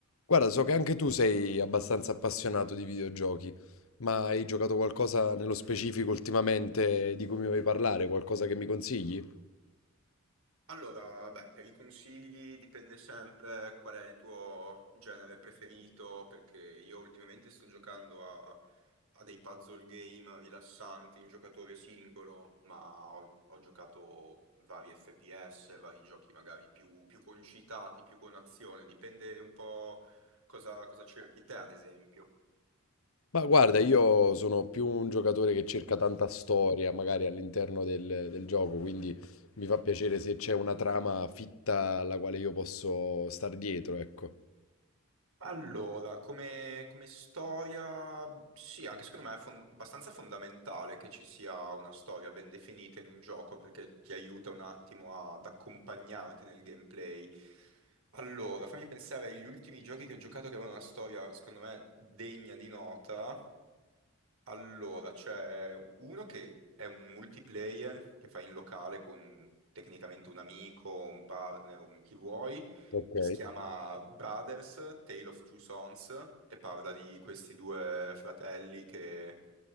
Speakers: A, on the left; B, on the right.
A: Guarda, so che anche tu sei abbastanza appassionato di videogiochi, ma hai giocato qualcosa nello specifico ultimamente di cui mi vuoi parlare? Qualcosa che mi consigli?
B: Allora, beh, per i consigli dipende sempre qual è il tuo genere preferito, perché io ultimamente sto giocando a, a dei puzzle game rilassanti in giocatore singolo, ma ho, ho giocato vari FPS, vari giochi magari più, più concitati, più con azione, dipende un po' cosa, cosa cerchi te, ad esempio.
A: Ma guarda, io sono più un giocatore che cerca tanta storia, magari all'interno del, del gioco, quindi mi fa piacere se c'è una trama fitta alla quale io posso star dietro, ecco.
B: Allora, come, come storia, sì, anche secondo me è fon- abbastanza fondamentale che ci sia una storia ben definita in un gioco perché ti aiuta un attimo ad accompagnarti nel gameplay. Allora, fammi pensare agli ultimi giochi che ho giocato che avevano una storia, secondo me, degna di nota. Allora, c'è uno che è un multiplayer che fai in locale con tecnicamente un amico, un partner, un chi vuoi,
A: Ok.
B: che si chiama Brothers, Tale of Two Sons, e parla di questi due fratelli che